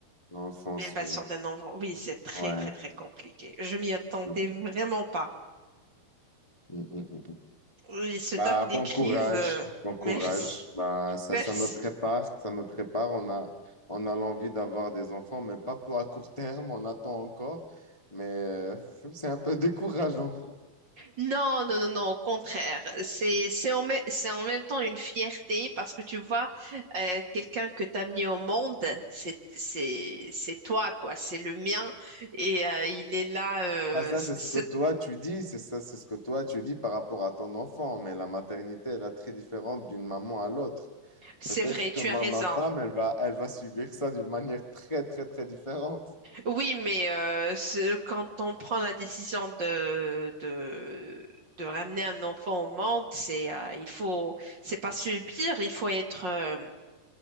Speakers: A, on the left; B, on the right.
A: L'enfance,
B: l'élevation
A: oui.
B: d'un enfant. Oui, c'est très,
A: Ouais.
B: très, très compliqué. Je m'y attendais
A: Mm,
B: vraiment pas.
A: mm, mm, mm.
B: Ils se
A: Bah,
B: tapent des
A: bon
B: crises.
A: courage.
B: euh,
A: Bon courage.
B: merci.
A: Bah, ça,
B: Merci.
A: ça me prépare. Ça me prépare. On a, on a l'envie d'avoir des enfants, mais pas pour à court terme. On attend encore. Mais euh, <laughs> c'est un peu décourageant.
B: Non, non, non, non, au contraire. C'est, c'est en, mê- c'est en même temps une fierté parce que tu vois, euh, quelqu'un que tu as mis au monde, c'est, c'est, c'est toi, quoi. C'est le mien et euh, il est là. euh,
A: Bah, ça,
B: c-
A: c'est
B: c'est
A: ce que toi, tu dis. C'est ça, c'est ce que toi, tu dis par rapport à ton enfant. Mais la maternité, elle est très différente d'une maman à l'autre.
B: c'est
A: Peut-être
B: vrai, tu
A: que ma,
B: as raison.
A: ma femme, elle va, elle va subir ça d'une manière très, très, très différente.
B: Oui, mais euh, ce- quand on prend la décision de, de, de ramener un enfant au monde, c'est, euh, il faut, c'est pas subir, il faut être, euh,